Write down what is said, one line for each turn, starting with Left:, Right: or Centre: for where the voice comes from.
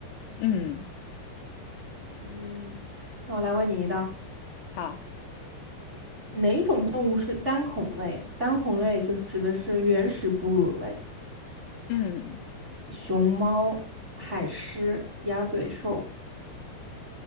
Left: 嗯，
Right: 嗯，那我来问你一道，
Left: 好，
Right: 哪种动物是单孔类？单孔类就是指的是原始哺乳类。
Left: 嗯，
Right: 熊猫、海狮、鸭嘴兽，